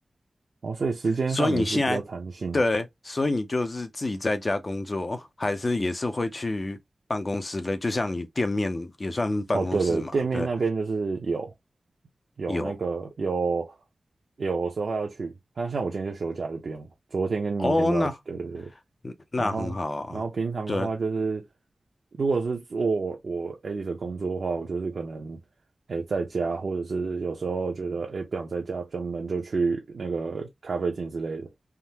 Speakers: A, on the right (about 55°); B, on the left (about 45°).
A: 哦，所以时间上也是比较弹性。
B: 所以你现在，对，所以你就是自己在家工作，还是也是会去办公室的，就像你店面也算办公室嘛，
A: 哦，对了，店面那边就是有
B: 对，
A: 有那个有
B: 有
A: 有时候要去，像像我今天就休假就不用了昨天跟明天都要去。
B: 哦，那
A: 对对对，
B: 那很好啊，
A: 然后然后平常的话就是，
B: 对，
A: 如果是做我 a l 的工作的话，我就是可能哎在家，或者是有时候觉得哎不想在家比较闷，就去那个咖啡厅之类的。